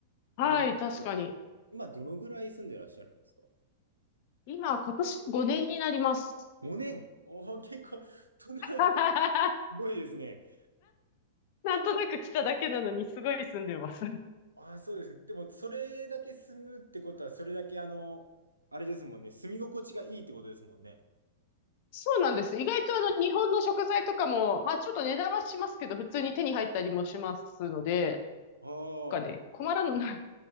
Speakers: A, on the left; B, on the right.
A: はい、
B: あ、でも、
A: 確かに。
B: 今どのぐらい住んでらっしゃるんですか
A: 今、今年5年になります。
B: ?5 年。おお、結構、そんな、す
A: <laughs>
B: ごいですね。
A: なんとなく来ただけなのに、すごい住んでます。
B: あ、そうです。でも、それだけ住むってことは、それだけあの、あれですもんね。住み心地がいいってことですもんね。
A: そうなんです。意外とあの日本の食材とかも、まあちょっと値段はしますけど、普通に手に入ったりもしますので、
B: ああ。
A: なんかね、
B: っ
A: 困らない。